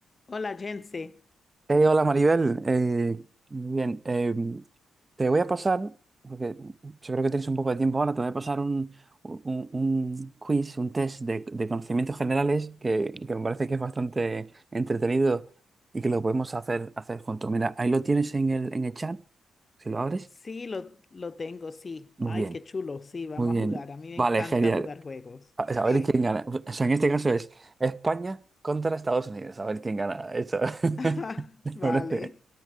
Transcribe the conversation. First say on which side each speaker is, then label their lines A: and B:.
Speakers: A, on the left (about 40°); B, on the right (about 35°).
A: Hola, Jense.
B: Eh, hola Maribel, Eh, muy bien. Eh, te voy a pasar, porque yo creo que tienes un poco de tiempo ahora, te voy a pasar un, un- un quiz, un test de, de conocimientos generales que, que me parece que es bastante entretenido y que lo podemos hacer, hacer juntos. Mira, ahí lo tienes en el, en el chat, si lo abres.
A: Sí, lo, lo tengo, sí.
B: Muy
A: Ay,
B: bien,
A: qué chulo. Sí, vamos
B: muy bien.
A: a jugar. A mí
B: Vale,
A: me encanta
B: genial.
A: jugar juegos.
B: A, a
A: Sí.
B: ver quién gana. O sea, en este caso es España contra Estados Unidos. A ver quién gana. Eso.
A: <laughs>
B: <laughs> Me
A: Vale.
B: parece.